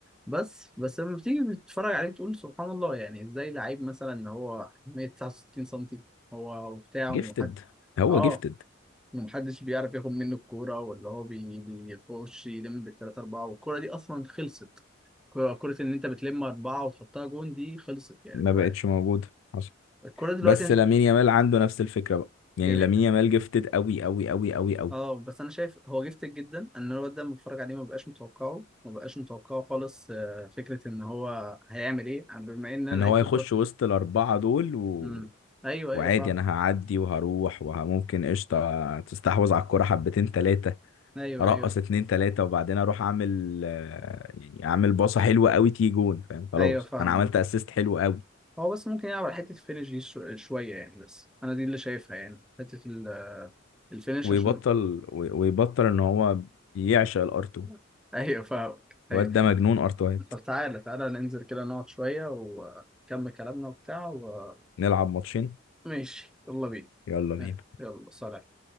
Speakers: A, in the centre; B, on the left (about 75°).
A: بس بس لما بتيجي بتتفرج عليه بتقول سبحان الله يعني ازاي لعيب مثلا هو 169 سم هو وبتاع
B: جيفتد
A: ومحد
B: هو
A: اه
B: جيفتد
A: ومحدش بيعرف ياخد منه الكورة ولا هو بي- بيخش يلم بالتلاتة أربعة والكورة دي أصلا خلصت كرة كرة إن أنت بتلم أربعة وتحطها جون دي خلصت يعني
B: ما بقتش
A: بقى
B: موجود حصل
A: الكورة دلوقتي
B: بس
A: أنا
B: لامين
A: ش-
B: يامال عنده نفس الفكره بقى يعني
A: جميل
B: لامين يامال جيفتد قوي قوي قوي قوي قوي
A: اه بس أنا شايف هو جفتك جدا أن الواد ده لما بتفرج عليه ما بقاش متوقعه ما بقاش متوقعه خالص آه، فكرة إن هو هيعمل إيه بما إن أنا
B: ان
A: لعبت
B: هو يخش
A: كورة
B: وسط الاربعه دول و...
A: أمم. أيوه
B: وعادي
A: أيوه فاهم
B: انا هعدي وهروح وممكن قشطه تستحوذ على الكره حبتين ثلاثه
A: أيوه
B: ارقص
A: أيوه
B: اتنين ثلاثه وبعدين اروح اعمل آه، يعني اعمل باصه حلوه قوي تيجي جون فاهم خلاص
A: أيوه فاهمك
B: انا عملت اسيست حلو قوي
A: هو بس ممكن يلعب على حتة الفينش دي شو- شوية يعني بس أنا دي اللي شايفها يعني حتة ال- الفينش
B: ويبطل
A: عشان
B: وي- ويبطل ان هو يعشق الار2
A: <laughs> أيوة فاهمك أيوة
B: الواد ده مجنون ارت وايت
A: طب تعالى تعالى ننزل كده نقعد شوية ونكمل كلامنا وبتاع و...
B: نلعب ماتشين
A: ماشي يلا بينا
B: يلا بينا
A: يلا سلام